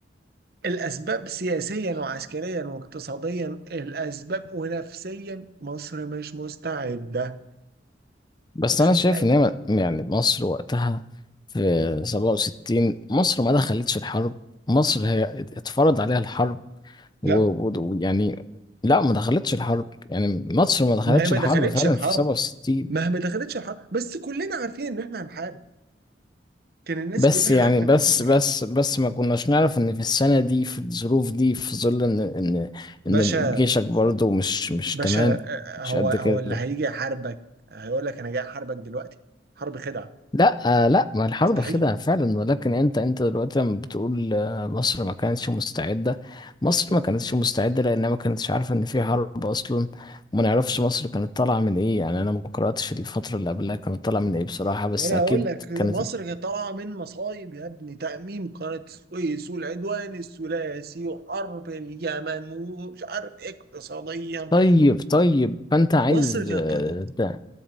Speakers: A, on the right; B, on the left.
A: الاسباب سياسيا وعسكريا واقتصاديا الاسباب ونفسيا مصر مش مستعده
B: بس
A: مش
B: أنا
A: مستعده
B: شايف إن هي م- يعني مصر وقتها في 67 مصر ما دخلتش الحرب مصر هي ات- اتفرض عليها الحرب ويعني
A: لا
B: لا ما دخلتش الحرب يعني مصر ما دخلتش
A: ما هي ما
B: الحرب
A: دخلتش
B: فعلا
A: الحرب
B: في 67
A: ما هي ما دخلتش الحرب بس كلنا عارفين ان احنا هنحارب كان الناس
B: بس
A: كلها
B: يعني
A: عارفه ان
B: بس
A: احنا هنحارب
B: بس بس ما كناش نعرف ان في السنة دي في الظروف دي في ظل ان ان
A: باشا
B: ان جيشك برضو مش مش
A: باشا
B: تمام
A: آه، آه،
B: مش
A: هو
B: قد
A: هو
B: كده
A: اللي هيجي يحاربك هيقول لك انا جاي احاربك دلوقتي حرب خدعه
B: لا آه، لا ما الحرب
A: مستحيل
B: خدعة فعلا ولكن انت انت دلوقتي لما بتقول آه، مصر ما كانتش مستعدة مصر ما كانتش مستعدة لانها ما كانتش عارفة ان في حرب اصلا وما نعرفش مصر كانت طالعة من ايه يعني انا ما قرأتش الفترة اللي قبلها كانت طالعة من ايه بصراحة بس
A: انا
B: اكيد
A: هقول لك مصر
B: كانت
A: كانت طالعه من مصايب يا ابني تأميم قناه السويس والعدوان الثلاثي وحرب اليمن ومش عارف اقتصاديا
B: طيب طيب فانت عايز
A: مصر كانت
B: آه،
A: طالعه